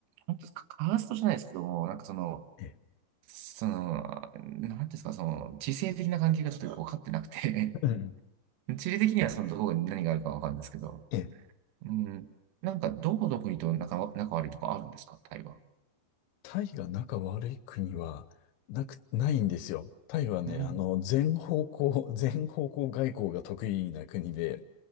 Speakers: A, on the right (about 75°); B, on the left (about 80°).
A: なんていうんですか、カーストじゃないですけども、なんかその、
B: ええ、
A: その、なんていうんですか、その、地政的な関係がちょっとよく分かってなくて
B: うん。
A: <laughs> 地理的にはそのどこに何があるか分かるんですけど、
B: ええ
A: うん、なんかどこの国と仲、仲悪いとかあるんですか、タイは。
B: タイが仲悪い国はなく、ないんですよ。タイはね、
A: うん、
B: あの、全方向、<laughs> 全方向外交が得意な国で、